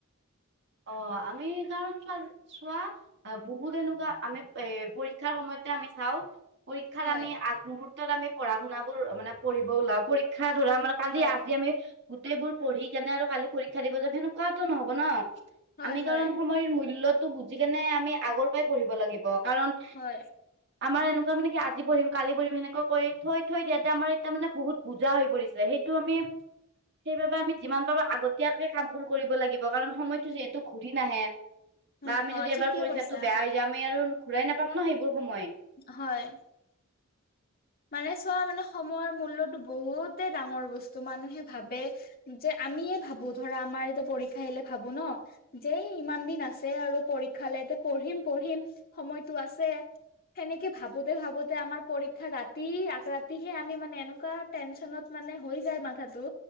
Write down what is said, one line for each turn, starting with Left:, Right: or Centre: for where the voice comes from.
Right: অ আমি কাৰণ চোৱা চোৱা অহ বহুত এনেকোৱা আমি এ পৰীক্ষাৰ সময়তে আমি চাওঁ পৰীক্ষাত
Left: হয়
Right: আমি আগমুহূৰ্তত আমি পঢ়া শুনাবোৰ মানে পঢ়িব ওলাও পৰীক্ষা ধৰা আমাৰ কালি
Left: হয়
Right: আজি আমি গোটেইবোৰ পঢ়ি কেনে আৰু কালি পৰীক্ষা দিব যাম সেনেকোৱাতো নহব ন।
Left: হয়
Right: আমি কাৰণ
Left: হয়
Right: সময়ৰ মূল্যটো বুজি কেনে আমি আগৰ পৰাই পঢ়িব লাগিব। কাৰণ
Left: হয়।
Right: আমাৰ এনেকোৱা মানে আজি পঢ়িম, কালি পঢ়িম এনেকৈ কৈ থৈ থৈ দিয়াতে আমাৰ এতিয়া মানে বহুত, বোজা হৈ পৰিছে সেইটো আমি সেইবাবে আমি যিমান পাৰো আগতীয়াকে কামবোৰ কৰিব লাগিব কাৰণ সময় তো যিহেতু ঘূৰি নাহে
Left: হয়
Right: বা আমি
Left: অ
Right: যদি
Left: ঠিকে
Right: এবাৰ পৰীক্ষাতো
Left: কৈছা
Right: বেয়া হৈ এতিয়া আমি আৰু ঘূৰাই নাপাম ন সেইবোৰ সময়।
Left: হয়। মানে চোৱা মানে সময়ৰ মূল্যতো বহুতে ডাঙৰ বস্তু মানুহে ভাবে যে আমিয়ে ভাবো ধৰা আমাৰ এতিয়া পৰীক্ষা আহিলে ভাবো ন যে ইমান দিন আছে আৰু পৰীক্ষালে যে পঢ়িম পঢ়িম সময়টো আছে। সেনেকে ভাবোতে ভাবোতে আমাৰ পৰীক্ষা ৰাত ৰাতি আগ ৰাতিহে আমি মানে এনেকোৱা টেনচনত মানে হৈ যায় মাথাটো,